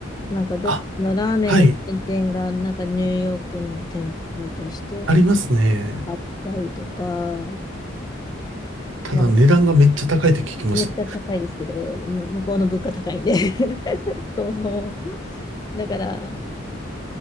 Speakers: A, on the left (about 20°); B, on the right (about 75°).
A: なんかどっかのラーメンのチェーン店が、
B: あ、はい、
A: なんかニューヨークの店舗として
B: ありますね。
A: あったりとか、
B: ただ値段がめっちゃ高いって聞きました。
A: まあ、めっちゃ高いですけど、む向こうの物価高いんで <laughs> そもそも。だから、